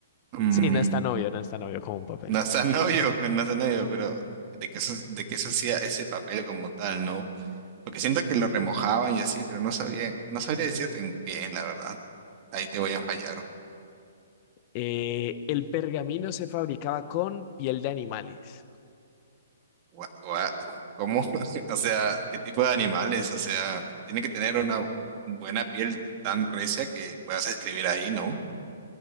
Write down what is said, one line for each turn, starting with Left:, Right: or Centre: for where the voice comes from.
Right: mm,
Left: Sí, no es tan obvio, no es tan obvio como un papel.
Right: no está novio, <laughs> no está novio, pero de qué se, de qué se hacía ese papel como tal, ¿no? Porque siento que lo remojaban y así, pero no sabía, no sabría decirte en qué, la verdad. Ahí te voy a fallar.
Left: Eh, el pergamino se fabricaba con piel de animales.
Right: Gua- gua- ¿Cómo? <laughs> O sea, ¿qué tipo de animales? O sea, tiene que tener una buena piel tan recia que puedas escribir ahí, ¿no?